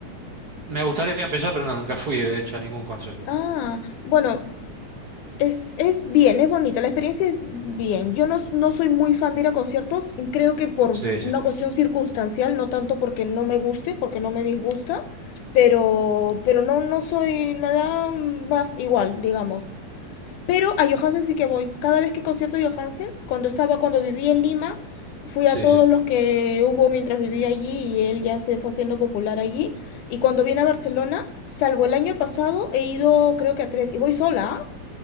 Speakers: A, on the right; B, on the left.
A: me gustaría empezar, pero no, nunca fui, de hecho, a ningún concierto.
B: Ah, bueno, Es, es bien, es bonita, la experiencia es bien. Yo no, no soy muy fan de ir a conciertos, creo que por
A: Sí,
B: una
A: sí,
B: cuestión circunstancial, no tanto porque no me guste, porque no me disgusta, pero, pero no, no soy, me da, mm, bah, igual, digamos. Pero a Johansen sí que voy. Cada vez que concierto de Johansen, cuando estaba, cuando vivía en Lima, fui
A: sí,
B: a todos
A: sí,
B: los que hubo mientras vivía allí y él ya se fue haciendo popular allí. Y cuando vine a Barcelona, salvo el año pasado, he ido creo que a tres, y voy sola, ¿ah?